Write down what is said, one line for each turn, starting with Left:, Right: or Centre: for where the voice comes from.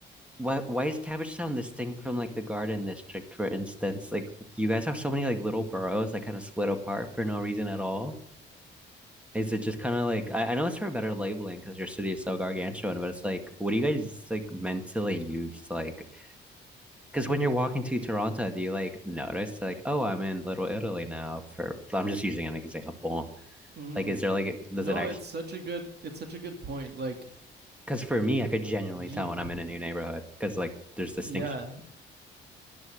Centre: why why is Cabbage Town distinct from like the Garden District, for instance? Like you guys have so many like little boroughs that kind of split apart for no reason at all. Is it just kind of like I, I know it's for better labeling because your city is so gargantuan, but it's like what do you guys like mentally use like because when you're walking to Toronto, do you like notice like oh I'm in Little Italy now for I'm just using an example.
Right: Mm-hmm.
Centre: Like is there like does
Right: No,
Centre: it Oh, actually
Right: it's such a good it's such a good point. Like
Centre: Because for me, I could genuinely
Right: you,
Centre: tell when I'm in a new neighborhood because like there's distinction.
Right: yeah.